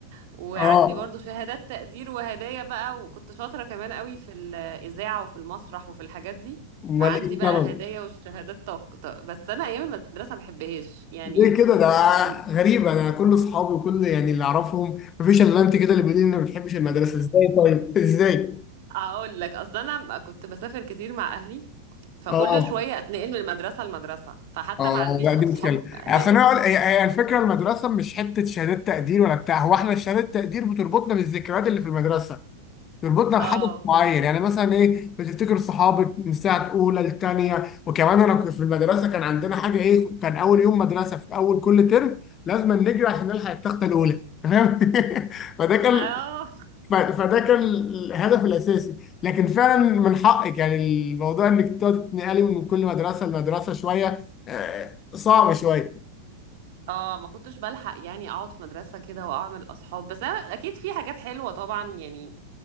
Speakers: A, on the right; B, on the left.
A: وعندي
B: اه
A: برضو شهادات تقدير وهدايا بقى وكنت شاطرة كمان قوي في الإذاعة وفي المسرح وفي الحاجات دي
B: امال
A: فعندي
B: ايه السبب؟
A: بقى هدايا والشهادات طق... طق... بس أنا أيام المدرسة ما بحبهاش يعني
B: ليه كده ده
A: <laughs>
B: غريبة أنا كل أصحابي وكل يعني اللي أعرفهم مفيش إلا أنت كده اللي بيقول لي إنك ما بتحبش المدرسة إزاي طيب <laughs> إزاي؟
A: أقول لك أصل أنا كنت بسافر كتير مع أهلي فكل
B: أه
A: شوية أتنقل من المدرسة لمدرسة فحتى
B: أه
A: ما عنديش
B: لا دي
A: أصحاب
B: مشكلة أصل
A: م-
B: أنا أقول- هي هي الفكرة المدرسة مش حتة شهادات تقدير ولا بتاع هو إحنا شهادات تقدير بتربطنا بالذكريات اللي في المدرسة تربطنا بحدث
A: اه
B: معين يعني مثلا إيه بتفتكر صحابك من ساعة أولى لتانية وكمان أنا كنت في المدرسة كان عندنا حاجة إيه كان أول يوم مدرسة في أول كل ترم لازم نجري عشان نلحق التختة الأولى تمام <laughs> فده كان
A: اه <laughs>
B: ف- فده كان الهدف الاساسي لكن فعلا من حقك يعني الموضوع انك تقعد تتنقلي من كل مدرسه لمدرسه شويه آه، صعب شويه
A: اه ما كنتش بلحق يعني اقعد في مدرسة كده واعمل اصحاب بس انا اكيد في حاجات حلوة طبعا يعني